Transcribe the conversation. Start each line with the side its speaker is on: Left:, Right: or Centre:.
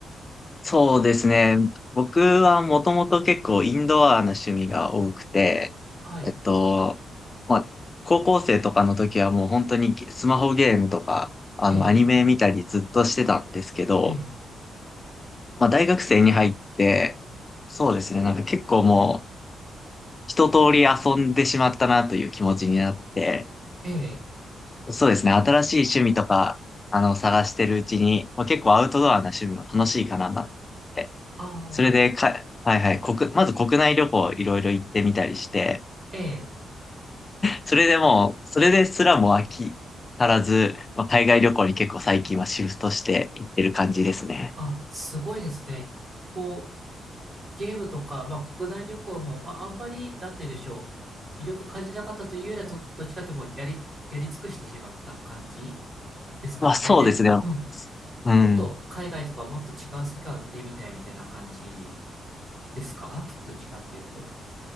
Left: そうですね。僕はもともと結構インドアな趣味が多くて、
Right: はい。
Left: えっと、まあ、高校生とかの時はもう本当にスマホゲームとか、あの、
Right: ええ
Left: アニメ見たりずっとしてたんですけど、
Right: ええ、
Left: まあ、大学生に入って、そうですね。なんか結構もう一通り遊んでしまったなという気持ちになって、
Right: ええ、
Left: そうですね。新しい趣味とか、あの、探してるうちに、まあ、結構アウトドアな趣味も楽しいかななって。
Right: ああ
Left: それでか、はいはい、国、まず国内旅行いろいろ行ってみたりして、
Right: ー、ええ、
Left: それでもう、それですらも飽き足らず、まあ、海外旅行に結構最近はシフトして行ってる感じですね。
Right: あ、すごいですね。こう、ゲームとか、まあ、国内旅行も、まあ、あんまり、なんて言うんでしょう。魅力感じなかったというよりは、ど、どっちかってもうやり、やり尽くしてしまった感じですかね。
Left: まあそうですね。
Right: 大体、うん。
Left: うん。
Right: もっと海外とかもっと違う世界を見てみたいみたいな感じですかどっちかっていうと。